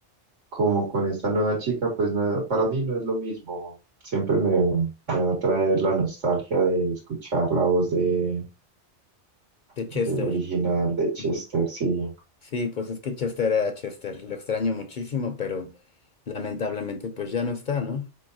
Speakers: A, on the right; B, on the left.
A: como con esta nueva chica, pues no, para mí no es lo mismo, siempre me, me va a traer la nostalgia de escuchar la voz de,
B: De Chester.
A: del original de Chester,
B: Ujú.
A: sí.
B: Sí, pues es que Chester era Chester, lo extraño muchísimo, pero lamentablemente pues ya no está, ¿no?